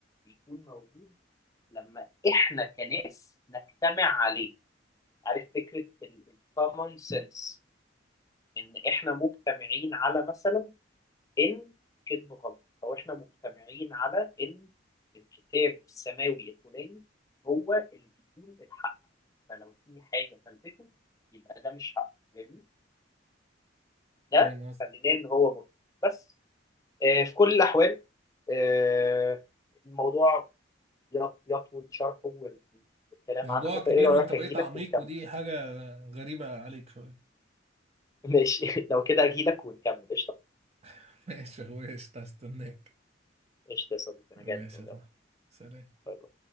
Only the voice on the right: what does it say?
فاهم قصدي
موضوع
كبير
وانت بقيت
عميق
ودي حاجة غريبة عليك شوية
<laughs> ماشي يا اخويا قشطة، هستناك
ماشي
يا صاحبي سلام